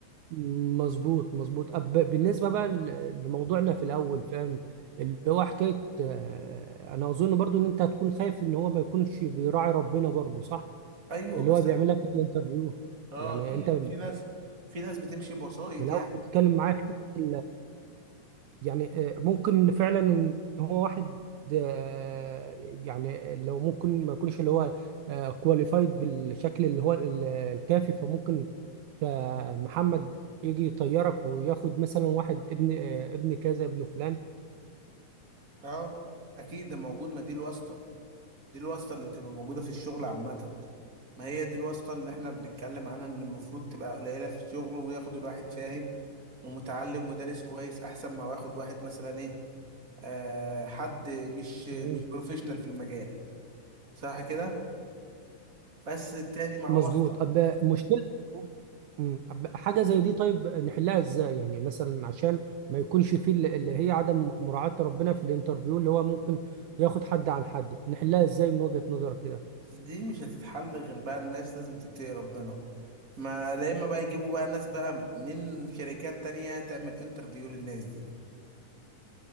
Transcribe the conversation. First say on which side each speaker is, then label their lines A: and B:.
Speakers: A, on the right (about 75°); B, on the right (about 25°).
A: مظبوط مظبوط أب بالنسبه بقى ل- لموضوعنا في الاول فاهم اللي هو حكايه آه، انا اظن برضو ان انت هتكون خايف ان هو ما يكونش بيراعي ربنا برضو صح
B: ايوه
A: اللي
B: بس
A: هو بيعمل لك الانترفيو
B: اه
A: يعني
B: اكيد
A: انت من
B: في ناس في ناس بتمشي بوسائط
A: الاول
B: يعني
A: بتتكلم معايا في حته يعني آه، ممكن فعلا ان هو واحد آه، يعني لو ممكن ما يكونش اللي هو كواليفايد بالشكل اللي هو ال- الكافي فممكن آه، محمد يجي يطيرك وياخد مثلا واحد ابن آه، ابن كذا ابن فلان
B: اه اكيد ده موجود ما دي الواسطة دي الواسطة اللي بتبقى موجودة في الشغل عامة ما هي دي الواسطة اللي احنا بنتكلم عنها ان المفروض تبقى قليلة في الشغل وياخد الواحد فاهم ومتعلم ودارس كويس احسن ما واخد واحد مثلا ايه آه حد مش مش
A: مم.
B: بروفيشنال في المجال صح كده بس التاني مع
A: مظبوط
B: واسطة
A: أب مشكلة مم. أب حاجة زي دي طيب نحلها ازاي يعني مثلا عشان ما يكونش فيه اللي اللي هي عدم مراعاة ربنا في الانترفيو اللي هو ممكن ياخد حد عن حد نحلها ازاي من وجهة نظرك كده
B: دي مش هتتحل غير بقى الناس لازم تتقي ربنا ما لا اما بقى يجيبوا بقى ناس بقى من شركات تانية تعمل انترفيو للناس دي